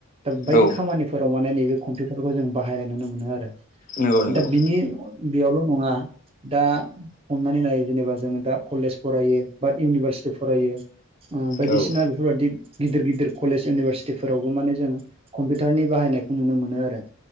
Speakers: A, on the right; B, on the left.
A: दा बायदि
B: औ
A: खामानिफोराव माने नैबे कम्पिउटारखौ जों बाहायनाय नुनो मोनो आरो।
B: नंगौ नंगौ
A: दा बिनि बेयावल' नङा दा हमनानै नायो जेनेबा जोङो दा कलेज फरायो बा इउनिभारसिटि फरायो बायदिसि
B: औ
A: सिना बेफोरबादि गिदिर गिदिर कलेज इउनिभारसिटिफोरावबो माने जोङो कम्पिउटारनि बाहायनायखौ नुनो मोनो आरो